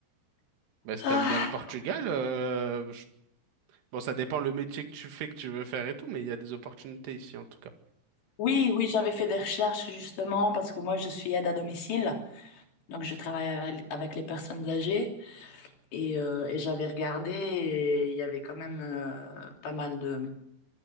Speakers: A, on the right (about 75°); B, on the left (about 85°).
A: Bah, si
B: Ah,
A: t'aimes bien le Portugal, euh, je- bon, ça dépend le métier que tu fais, que tu veux faire et tout, mais il y a des opportunités ici, en tout cas.
B: oui, oui, j'avais fait des recherches justement parce que moi, je suis aide à domicile, donc je travaille avec, avec les personnes âgées et, euh, et j'avais regardé et il y avait quand même euh, pas mal de,